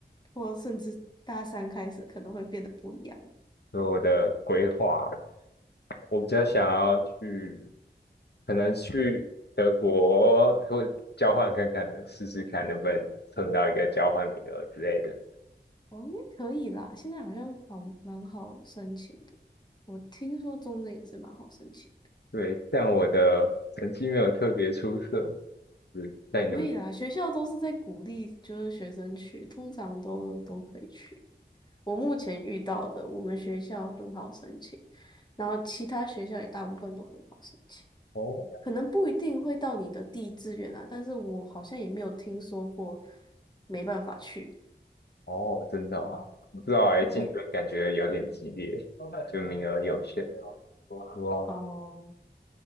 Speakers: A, on the left; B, on the left.
A: 或甚至大三开始可能会变得不一样？<laughs>
B: 所以我的规划，我比较想要去，可能去德国会交换看看的，试试看能不能蹭到一个交换名额之类的。
A: 哦，应该可以啦。现在好像好蛮好申请的，我听说中正也是蛮好申请的，
B: 对，但我的成绩没有特别出色。是在努
A: 可以啦。学校都是在鼓励，就是学生去，通常都都可以去。我目前遇到的，我们学校很好申请，然后其他学校也大部分都很好申请，
B: 哦
A: 可能不一定会到你的第一志愿啊，但是我好像也没有听说过没办法去的。
B: 哦，真的哦，不知道哎，
A: 对，
B: 竞争感觉有点激烈，就名额有限。不过
A: 哦、